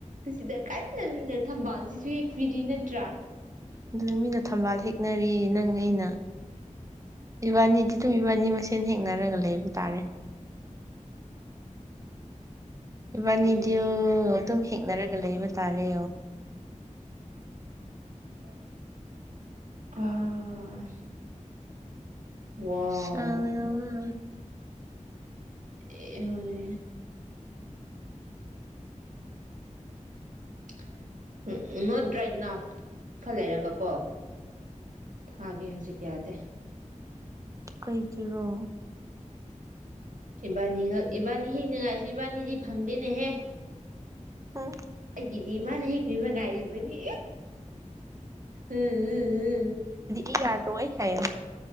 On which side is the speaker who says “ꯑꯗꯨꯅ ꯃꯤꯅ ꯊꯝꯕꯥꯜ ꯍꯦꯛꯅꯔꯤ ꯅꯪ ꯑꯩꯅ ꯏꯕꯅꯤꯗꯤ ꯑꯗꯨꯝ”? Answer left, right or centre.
Right